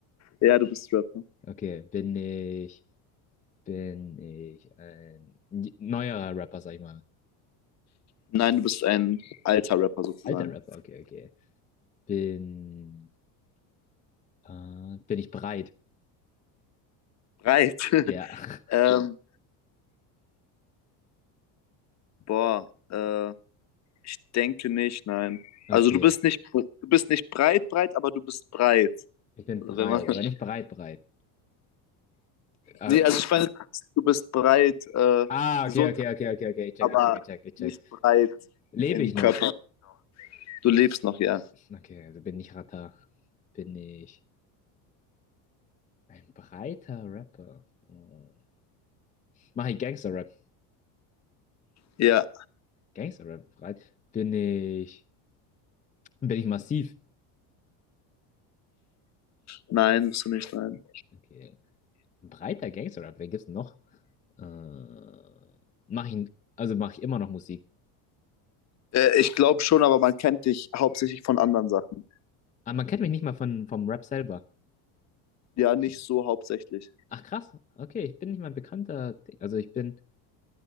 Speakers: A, on the left; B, on the left.
A: Ja, du bist Rapper.
B: Okay. Bin ich, bin ich ein j- neuerer Rapper, sag ich mal.
A: Nein, du bist ein alter Rapper sozusagen.
B: Alter Rapper, okay, okay. Bin, äh, bin ich breit?
A: Breit. <laughs>
B: Ja, <laughs>
A: ähm, boah, äh, ich denke nicht, nein.
B: okay.
A: Also du bist nicht, du bist nicht breit, breit, aber du bist breit.
B: Ich bin
A: Also
B: breit,
A: Wenn man, <laughs>
B: aber nicht breit, breit. Äh,
A: nee, also ich meine, du bist breit, äh,
B: ah,
A: gesund,
B: okay, okay, okay, okay, okay. Ich check,
A: aber
B: ich check, ich check, ich check.
A: nicht breit
B: Lebe
A: im
B: ich
A: Körper.
B: noch?
A: Du lebst noch, ja.
B: Okay, also bin ich Rapper. Bin ich ein breiter Rapper? Hm. Mache ich Gangster-Rap?
A: Ja,
B: Gangster-Rap breit? Bin ich. Und Bin ich massiv?
A: nein, bist du nicht, nein.
B: Okay. Ein breiter Gangster-Rap, wer gibt's denn noch? Äh, mach ich, also mache ich immer noch Musik.
A: Äh, ich glaube schon, aber man kennt dich hauptsächlich von anderen Sachen.
B: Aber man kennt mich nicht mal von, vom Rap selber.
A: ja nicht so hauptsächlich.
B: Ach krass, okay, ich bin nicht mal ein bekannter. Ding. Also ich bin,